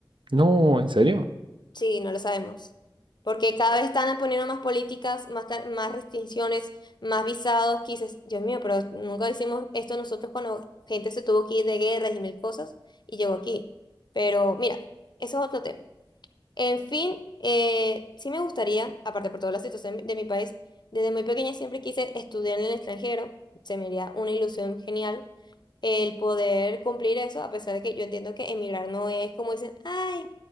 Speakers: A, on the right; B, on the left.
A: No, ¿en serio?
B: Sí, no lo sabemos. Porque cada vez están poniendo más políticas, más, ca- más restricciones, más visados, que dices, Dios mío, pero nunca hicimos esto nosotros cuando gente se tuvo que ir de guerras y mil cosas y llegó aquí. Pero mira, eso es otro tema. En fin, eh, sí me gustaría, aparte por toda la situación de mi país, desde muy pequeña siempre quise estudiar en el extranjero, se me haría una ilusión genial el poder cumplir eso, a pesar de que yo entiendo que emigrar no es como dicen, ay,